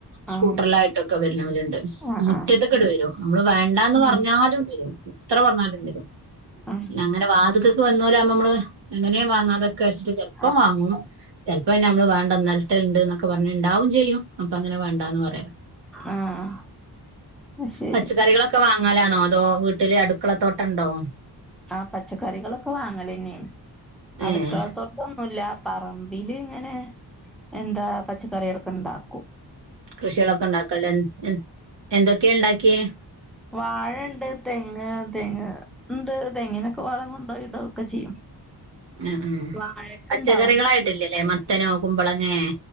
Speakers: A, on the right (about 80°); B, in the centre.
A: സ്കൂട്ടറിലായ്ട്ടും
B: ആഹ്
A: ഒക്കെ വര്നോല്ണ്ട്
B: ആഹ്
A: മുറ്റത്ത്ട്
B: ആഹ്
A: വെരും ഞമ്മള് വേണ്ടാന്ന്
B: ഉം
A: പർഞ്ഞാലും വെരും. എത്ര പർഞ്ഞാലും വെരും.
B: ഉം
A: അങ്ങനെ വാത്ക്കക്ക് വന്നോലാവുമ്പപ്പ ഞമ്മള് എങ്ങനേ വാങ്ങാതക്ക് ച്ച്ട്ട് ചെൽ പ്പം
B: ആഹ്
A: വാങ്ങും ചെൽപ്പോന്നമ്മള് വേണ്ട ഇന്നൽത്തെണ്ട് ന്നൊക്കെ പർഞ്ഞ് ണ്ടാവും ചെയ്യും അപ്പ അങ്ങനെ വേണ്ടാന്ന് പറയും
B: ആഹ് അത് ശരി
A: പച്ചക്കറികളൊ ക്കെ വാങ്ങലാണോ അതോ വീട്ട്ല് അട്ക്കള തോട്ടണ്ടോ?
B: ആഹ് പച്ചക്കറികളൊക്കെ വാങ്ങലെന്നേണ് അട്ക്കളത്തോട്ടം
A: ഏഹ്
B: ന്നൂല്ല പറമ്പില് ഇങ്ങനെ എന്താ പച്ചക്കറികളൊക്കെണ്ടാക്കും
A: കൃഷ്യാളൊക്കെ ണ്ടാക്കല്ണ്ട് എന്തൊക്കേ ണ്ടാക്ക്യേ
B: വാഴണ്ട് തെങ്ങ് തെങ്ങ് ണ്ട് തെങ്ങിനൊക്കെ വളം കൊണ്ടോയി ഇടൊക്കെ ചെയ്യും
A: ആഹ് ആഹ്
B: വാഴക്കണ്ടാവും
A: പച്ചക്കറികളായിട്ടില്ലല്ലേ മത്തനോ കുമ്പളങ്ങേ